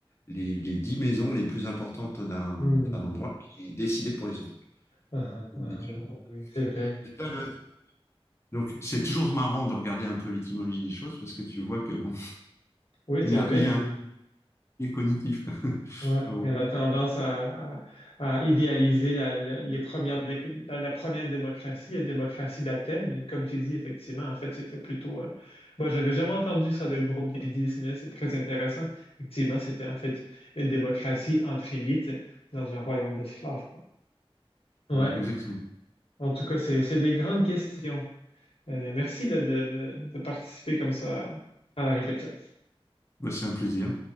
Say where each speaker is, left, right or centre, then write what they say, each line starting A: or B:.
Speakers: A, on the left; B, on the left.
A: les, les 10 maisons les plus importantes d'un
B: Hmm.
A: d'un endroit qui décidaient pour les autres.
B: Ah, ah,
A: Donc,
B: ah,
A: déjà-
B: ah, oui, c'est vrai.
A: déjà le- donc, c'est toujours marrant de regarder un peu l'étymologie des choses parce que tu vois que bon,
B: Oui,
A: il
B: c'est
A: y a,
B: vrai,
A: il y
B: puis
A: a un biais cognitif là. <laughs>
B: Ouais,
A: Ah bon.
B: et on a tendance à, à- à idéaliser la, la- les premières dé- la, la première démocratie, la démocratie d'Athènes, mais comme tu dis, effectivement, en fait, c'était plutôt... euh, moi, j'avais jamais entendu ça, le groupe des dix, mais c'est très intéressant. Effectivement, c'était en fait une démocratie entre élites dans un royaume d'esclaves, quoi. Ouais,
A: Voilà, exactement.
B: en tout cas, c'est, c'est des grandes questions. Euh, merci là, de, de de participer comme ça à la réflexion.
A: Bah, c'est un plaisir.